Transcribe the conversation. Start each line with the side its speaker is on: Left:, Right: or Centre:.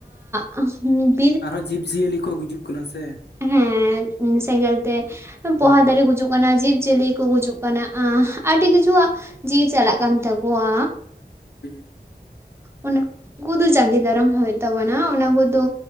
Right: ᱟᱸᱜᱻ ᱦᱩ
Left: ᱟᱨᱦᱚᱸ ᱡᱤᱵᱽ ᱡᱤᱭᱟᱹᱞᱤ ᱠᱚ ᱜᱩᱡᱩᱜ ᱠᱟᱱᱟ ᱥᱮ
Right: ᱦᱮᱸᱻ ᱥᱮᱸᱜᱮᱞ ᱛᱮ
Left: ᱦᱮᱸ
Right: ᱯᱚᱦᱟ ᱫᱟᱨᱮ ᱜᱩᱡᱩᱜ ᱠᱟᱱᱟ ᱡᱤᱵ ᱡᱤᱭᱟᱹᱞᱤ ᱠᱚ ᱜᱩᱡᱩᱜ ᱠᱟᱱᱟ ᱟᱹᱰᱤ ᱠᱤᱪᱷᱩᱣᱟᱜ ᱡᱤᱣᱤ ᱪᱟᱞᱟᱜ ᱠᱟᱱ ᱛᱟᱠᱚᱣᱟ
Left: ᱦᱩᱸᱻ
Right: ᱚᱱᱠᱩ ᱫᱚ ᱡᱟᱸᱜᱮ ᱫᱟᱨᱟᱢ ᱦᱩᱭᱩᱜ ᱛᱟᱵᱚᱱᱟ ᱚᱱᱟ ᱠᱚᱫᱚ